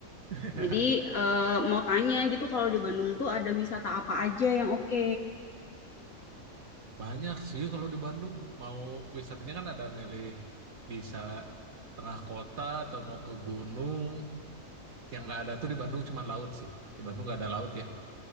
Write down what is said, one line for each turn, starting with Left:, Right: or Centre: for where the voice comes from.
Right: <laughs>
Left: Jadi eh, mau tanya gitu kalau di Bandung tuh ada wisata apa aja yang oke?
Right: Banyak sih kalau di Bandung. Mau wisatanya kan ada milih bisa tengah kota atau mau ke gunung. Yang nggak ada tuh di Bandung cuma laut sih. Di Bandung nggak ada laut ya.